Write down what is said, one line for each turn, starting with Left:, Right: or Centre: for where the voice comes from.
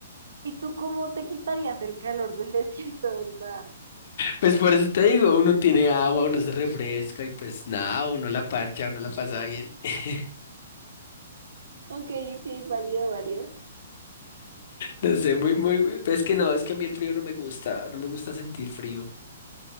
Right: ¿Y tú cómo te quitarías el calor del <laughs> desierto del Sahara?
Left: Pues por eso te digo, uno tiene agua, uno se refresca y pues nada, uno la parcha, uno la pasa bien. <laughs>
Right: Ok, ok, válido, válido.
Left: No sé, muy, muy, muy- pues es que no, es que a mí el frío no me gusta, no me gusta sentir frío.